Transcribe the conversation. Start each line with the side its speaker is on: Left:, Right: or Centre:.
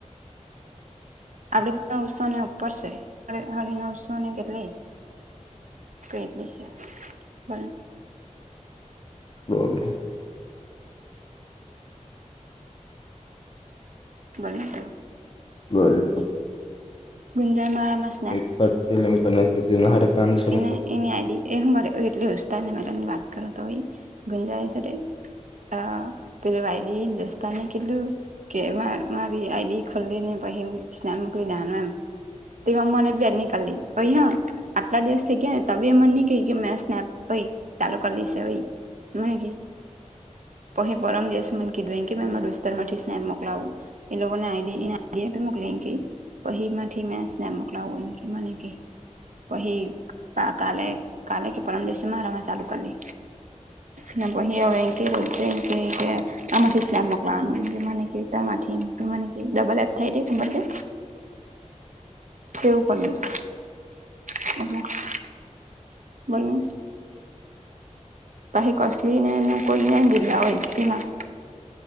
Right: આપડી તો નવસોને ઉપર છે હળ નવસોને કેટ લ કેટલી છે બ
Left: <unintelligible>
Right: <unintelligible>
Left: બોલ
Right: ગુંંજાઈ મારા મસ
Left: એક ફિલ્મ બનાય દીધી પાંચ
Right: એ એની આ એ શું કરે એટને મેડની વાત કરો તો ગંજાય છે. અ પેલું વાયડી હિન્દુસ્તાનને કેટલું કે મારી આઈડી ખોલ્લી ને પછી સ્નેપ મોકલી દેવાનું એમ તે મા મનેવી એની કાલી કહી આટલા દિવસ થઈ ગયા ને ત એમને નહી ક કે મે સ્નેપ ચાલુ કરી મે કીધું પહિ પરમ દિવસે મને કીધું એ કે મે દોસ્તાર માંથી સ્નેપ મોકલાવું. એ લોકોને આઈડી આઈડિયા મોકલી કે વહીથી મે સ્નેપ મોકલા મને કે પહી કાલે કાલે કે પરમ દિવસએ મારામાં ચાલુ કર દે. ના ભહૈયા વંકી હજ્જૈ કે છે. આથી સ્નેપ મોકલાવાનું કે તથી ડબલ એ થાય. એવું <unintelligible> <unintelligible> બોલો પહિ કોસલી નેને કોઈ બિરલા હોય તેમાં